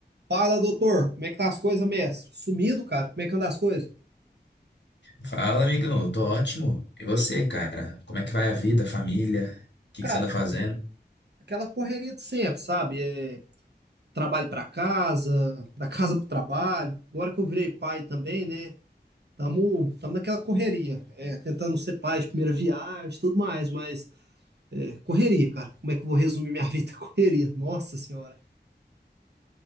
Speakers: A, on the right; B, on the left.
A: Fala, doutor, como é que tá as coisas, mestre? Sumido, cara, como é que anda as coisas?
B: Fala, amigão, eu tô ótimo. E você, cara? Como é que vai a vida, a família? O que
A: Cara,
B: que você anda fazendo?
A: aquela correria de sempre, sabe? É, trabalho pra casa, da <laughs> casa pro trabalho. Agora que eu virei pai também, né? Tamo, tamo naquela correria, é, tentando ser pai de primeira viagem, tudo mais, mas é, correria, cara. Como é que eu vou resumir minha vida? <laughs> Correria, nossa senhora.